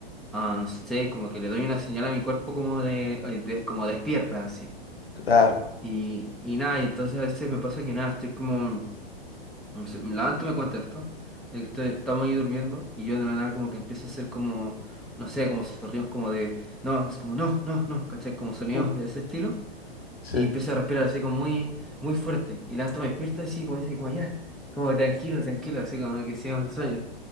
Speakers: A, in the centre; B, on the left.
A: ah, no sé, como que le doy una señal a mi cuerpo como de, eh, de como despierta así.
B: Claro.
A: Y, y nada, y entonces a veces me pasa que nada, estoy como, no sé, me levanto, me cuenta esto, de que estoy, estamos ahí durmiendo y yo de la nada como que empiezo a hacer como, no sé, como sonidos como de, no, es como, no, no, no, ¿cachai? Como sonidos
B: Mm,
A: de ese estilo
B: Sí.
A: y empiezo a respirar así como muy, muy fuerte y levanto, me despierto así como dice, como ya, como tranquilo, tranquilo, así como que sigo en sueño.